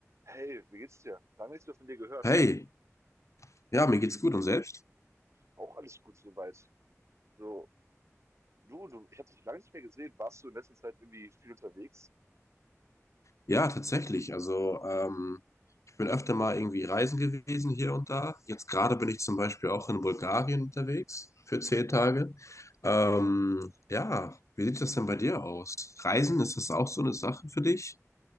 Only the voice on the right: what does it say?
Hey, wie geht's dir? Lange nichts mehr von dir gehört.
Auch alles gut soweit. So, du, du, ich habe dich lange nicht mehr gesehen. Warst du in letzter Zeit irgendwie viel unterwegs?